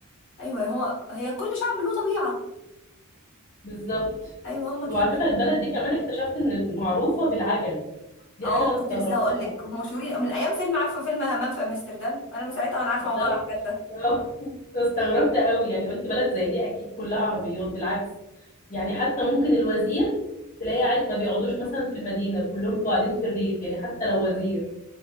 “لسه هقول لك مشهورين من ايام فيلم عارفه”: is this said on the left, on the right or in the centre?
Left